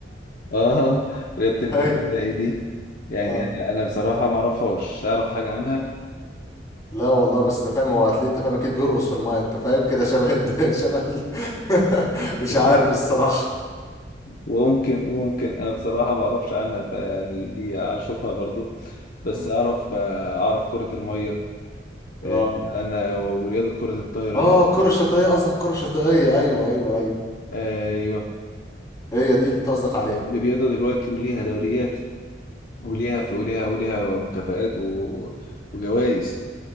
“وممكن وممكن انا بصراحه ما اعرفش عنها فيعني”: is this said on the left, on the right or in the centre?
Left